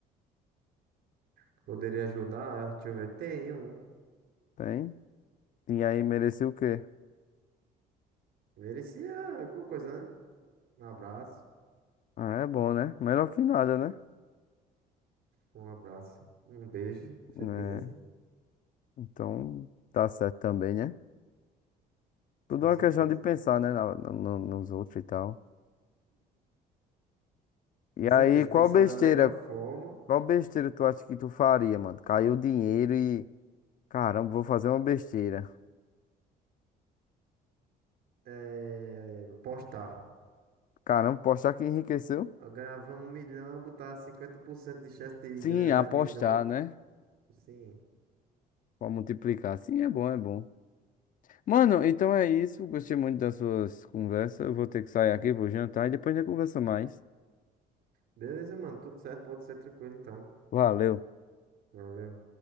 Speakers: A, on the right; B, on the left.
A: que Poderia ajudar. Deixa eu ver. Tem um.
B: Tem? E aí merecia o quê?
A: Merecia alguma coisa, né? Um abraço.
B: Ah, é bom, né? Melhor que nada, né?
A: Um abraço. Um beijo. Se
B: Né?
A: eles quisessem.
B: Então, tá certo também, né? Tudo
A: Com
B: é
A: certeza.
B: uma questão de pensar, né? na- no- no- nos outros e tal. E
A: Com certeza.
B: aí, qual
A: Pensar
B: besteira?
A: da melhor forma.
B: Qual besteira tu acha que tu faria, mano? Caiu o dinheiro e. Caramba, vou fazer uma besteira.
A: É... Postar.
B: Caramba, apostar que enriqueceu?
A: Eu ganhava um milhão, botar 50% de chance de
B: Sim,
A: ganhar
B: apostar,
A: dois milhões.
B: né?
A: Sim.
B: Pra multiplicar. Sim, é bom, é bom. Mano, então é isso. Gostei muito das suas conversas. Eu vou ter que sair aqui, vou jantar e depois a gente conversa mais.
A: Beleza, mano. Tudo certo. Pode ser tranquilo, então.
B: Valeu.
A: Valeu.